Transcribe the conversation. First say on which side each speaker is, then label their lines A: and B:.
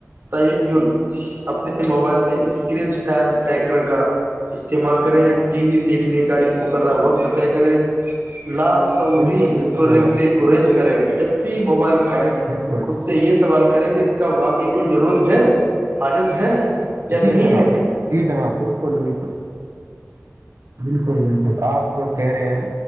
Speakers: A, on the right; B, on the right.
A: <unintelligible> اپنے موبائل میں اسکرین ٹائم ٹریکر کا استعمال کریں ٹی وی دیکھنے کا ایک مقررہ وقت طے کریں لا سوری
B: بالکل
A: اسکولنگ
B: بالکل جناب
A: سے گریز کریں جب <unintelligible>
B: بالکل
A: خود سے یہ سوال کریں کہ اس کیا واقعی کوئی ضرورت ہے حاجت ہے یا
B: جی
A: نہیں
B: جناب
A: ہے
B: جی جناب بالکل بالکل بالکل بالکل آپ جو کہہ رہے ہیں